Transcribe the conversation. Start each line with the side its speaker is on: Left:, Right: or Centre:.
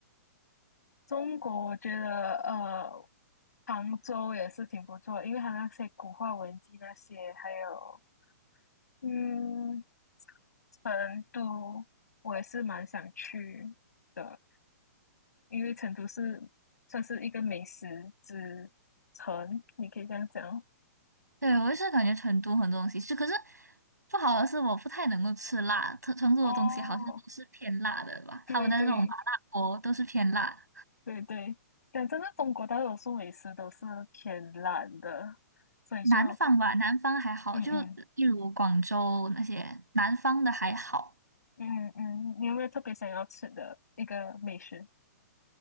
Left: 中国我觉得呃，杭州也是挺不错因为它那些古话文集那些，还有嗯，成都我也是蛮想去的，因为成都是算是一个美食之城，你可以这样讲。
Right: 对，我也是感觉成都很多东西吃，可是不好的是我不太能够吃辣，成成都的东西好像都是偏辣的吧，
Left: 哦，对对
Right: 他们的那种麻辣锅都是偏辣。
Left: 对对，讲真的，中国大多数美食都是偏辣的，所以就
Right: 南方吧，南方还好，
Left: 嗯嗯
Right: 就例如广州那些南方的还好，
Left: 嗯嗯，嗯嗯你有没有特别想要吃的一个美食？